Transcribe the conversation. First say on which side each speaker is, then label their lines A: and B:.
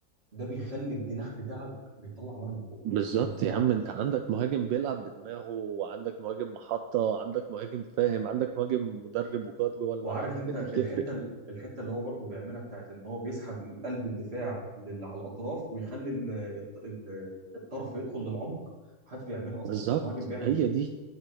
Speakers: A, on the right; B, on the right.
A: ده بيخلي الجناح بتاعك بيطلع نار من بقه
B: بالظبط
A: جبار
B: يا عم انت عندك مهاجم بيلعب بدماغه وعندك مهاجم محطة عندك مهاجم فاهم عندك مهاجم مدرب وقائد جوه الملعب
A: وعارف
B: الحاجات
A: انت
B: دي بتفرق
A: الحته ال- الحته اللي هو برضه بيعملها بتاعت ان هو بيسحب قلب الدفاع للي على الاطراف ويخلي ال- الط- ال- الطرف يدخل للعمق محدش بيعملها اصلا
B: بالظبط
A: مفيش مهاجم بيعمل
B: هي
A: كده
B: دي